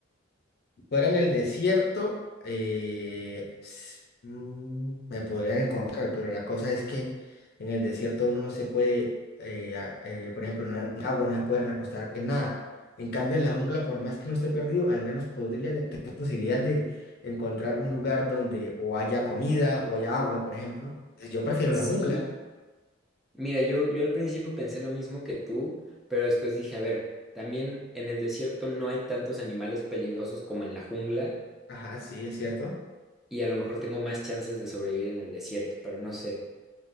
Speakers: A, on the left; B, in the centre.
A: Fuera en el desierto, eh, s- mm, me podrían encontrar, pero la cosa es que en el desierto uno no se puede, eh, a- eh, por ejemplo, no, en el agua no se puede recostar en nada. En cambio, en la jungla, por más que uno esté perdido, al menos podría tener posibilidad de encontrar un lugar donde o haya comida o haya agua, por ejemplo. Entonces, Yo prefiero
B: Sí.
A: la jungla.
B: Mira, yo, yo al principio pensé lo mismo que tú, pero después dije, a ver, también en el desierto no hay tantos animales peligrosos como en la jungla
A: Ajá, sí, es cierto.
B: y a lo mejor tengo más chances de sobrevivir en el desierto, pero no sé.